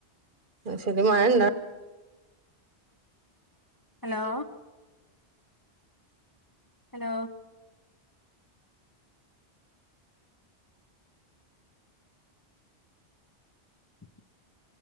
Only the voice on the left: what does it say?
ഹലോ. ഹലോ. <inaudible>